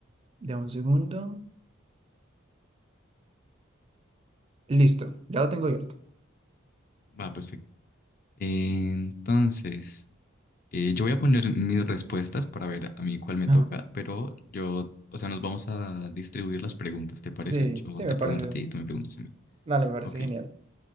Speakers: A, on the right; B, on the left.
A: Dame un segundo. Listo, ya lo tengo abierto.
B: Va, perfecto. Entonces... Eh, yo voy a poner mis respuestas para ver a mí cuál me
A: Ajá.
B: toca, pero yo, o sea, nos vamos a distribuir las preguntas, ¿te parece?
A: Sí,
B: Yo
A: sí,
B: te
A: me
B: pregunto
A: parece.
B: a ti y tú me preguntas a mí.
A: Dale, me parece
B: Ok.
A: genial.